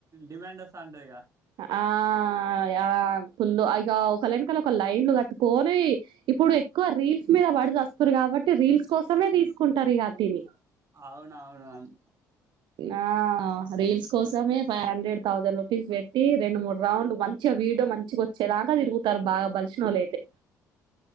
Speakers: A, on the right (about 35°); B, on the right (about 55°).
A: డిమాండ్ వస్తాధ్నతంటిదిగా
B: ఆ యా ఫుల్ ఇగ ఒక వెనకాల లైన్లు కట్టుకొని ఇప్పుడు ఇక ఎక్కువ రీల్స్ మీద పడి చస్తూరు కాబట్టి రీల్స్ కోసమే తీసుకుంటారు ఇకటిని
A: అవునవును
B: ఆ రీల్స్ కోసమే ఫైవ్ హండ్రెడ్ థౌజండ్ రూపీస్ పెట్ రెండు మూడు రౌండ్లు మంచిగా వీడో మంచిగా వచ్చేదాకా తిరుగుతారు బాగా బలిసినోళ్ళ అయితే